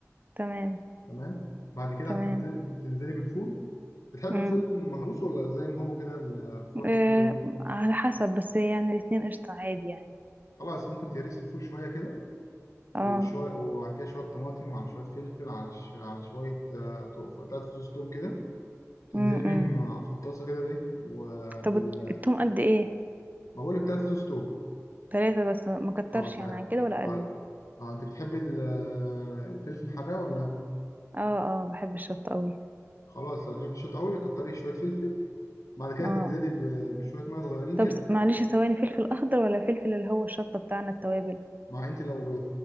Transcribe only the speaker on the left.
تمام بعد كده
هتنزلي تنزلي بالفول بتحب
الفول مهروس ولا زي ما هو كده الفول بتاعته
حلوه
خلاص ممكن تهرسي الفول شويه كده
وشويه وبعد كده شويه طماطم على شويه فلفل على ش... على شويه آه، تو- ثلاث فصوص توم كده تنزلي
بيهم آه، في الطاسه كده بايه وبال
ما بقولك تلات فصوص توم
اه تلاتة
اه اه انت بتحبي ال- الفلفل الحراق ولا
خلاص لو بتحبي الشطة قوي كتري شوية فلفل بعد كده
تنزلي ب- بشوية مية صغيرين
كده
مع انت لو